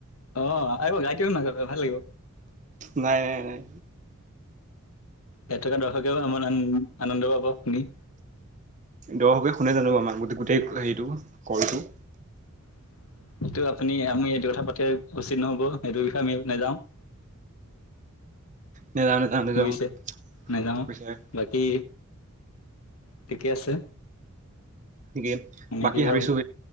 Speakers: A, on the left; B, on the right.
A: অ', আহিব গাইকো নাহিব ভাল লাগিব।
B: নাই, নাই, নাই।
A: সেইটো গান দৰ্শকেও আমাৰ আন আনন্দ পাব শুনি।
B: দহশকে শুনে জানোঁ আমাৰ গো গোটেই হেৰিটো কৰলটো
A: <inaudible> সেইটো আপুনি আমি এইটো কথা পাতি উচিত নহ'ব। এইটো বিষয়ে আমি নাযাওঁ। <inaudible>
B: নেযাওঁ নেযাওঁ নেযাওঁ
A: বুজিছে, নাযাওঁ
B: কৈছে
A: বাকী ঠিকে আছে।
B: টিকেন
A: এনেকেই
B: বাকী ভাবিছোঁ,
A: আৰু